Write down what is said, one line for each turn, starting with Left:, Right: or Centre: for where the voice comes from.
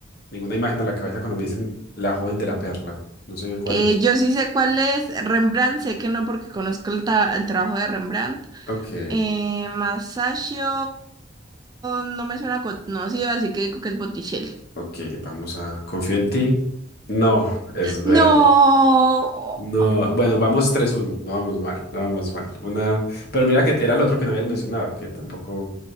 Left: ninguna imagen a la cabeza cuando me dicen la joven de la perla. No sé bien cuál
Right: Eh,
Left: es.
Right: yo sí sé cuál es. Rembrandt, sé que no porque conozco el, ta- el trabajo de Rembrandt.
Left: Ok,
Right: Eh, Masaccio no me suena conocido, así que digo que es Botticelli.
Left: ok, vamos a... Confío en ti. No, es ver.
Right: No,
Left: No, bueno, vamos tres uno. No vamos mal, no vamos mal. Una... Pero mira que era el otro que no habías mencionado, que tampoco